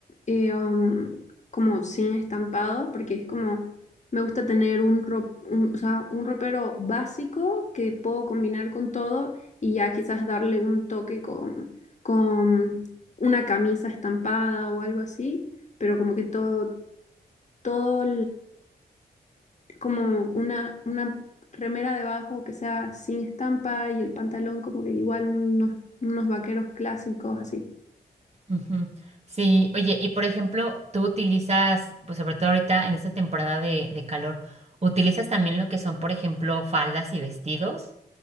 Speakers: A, on the left; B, on the right.
A: eh, um, como sin estampados, porque es como me gusta tener un, ro- un- o sea, un ropero básico que puedo combinar con todo y ya quizás darle un toque con, con una camisa estampada o algo así, pero como que todo, todo como una, una remera debajo que sea sin estampa y el pantalón como que igual unos, unos vaqueros clásicos así.
B: Ujú. Sí, oye, y por ejemplo, tú utilizas, pues sobre todo ahorita en esta temporada de, de calor, ¿utilizas también lo que son, por ejemplo, faldas y vestidos